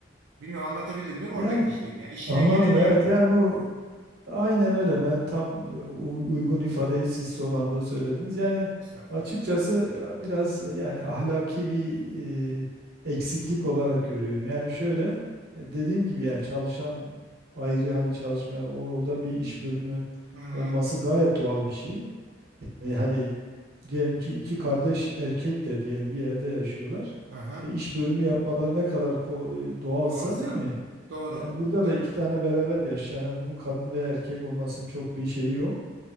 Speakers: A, on the right; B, on the right.
A: Bilmiyorum anlatabildim değil mi
B: Yani
A: oradaki şeyin? Yani işine
B: anladım
A: geleni
B: evet
A: yapıyor
B: yani bu Aynen öyle. Ben tam e, u- uygun ifadeyi siz son anda söylediniz. Yani
A: Mustafa.
B: açıkçası e, biraz yani ahlaki bir e, eksiklik olarak görüyorum. Yani şöyle e, dediğim gibi yani çalışan ayrı hani çalışmayan o- orada bir iş bölümü
A: Hı hı.
B: olması gayet doğal bir şey. E, hani diyelim ki iki kardeş erkek de diyelim bir evde yaşıyorlar.
A: Aha.
B: E, iş bölümü yapmaları ne kadar ko- e, doğalsa
A: Olsa
B: değil mi?
A: doğru.
B: Yani burada
A: Tabii
B: da iki
A: ki.
B: tane beraber yaşayan, yani bunun kadın ve erkek olmasının çok bir şeyi yok.